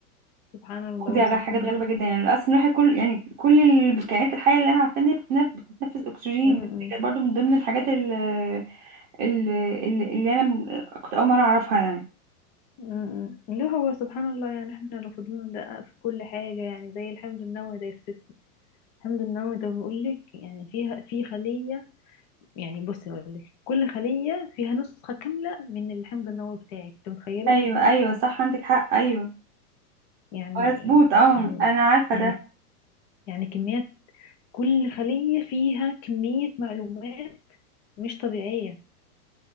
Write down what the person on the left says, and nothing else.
سبحان الله
سبحان
الله
امم
امم لا هو سبحان الله يعني احنا لو فضلنا ندقق في كل حاجه يعني زي الحمض النووي ده يا ستي الحمض النووي ده بيقول لك يعني فيها في خلية يعني بصي اقول لك كل خلية فيها نسخة كاملة من الحمض النووي بتاعك انت متخيلة
يعني
يعني
يعني
يعني كميات كل خلية فيها كمية معلومات مش طبيعية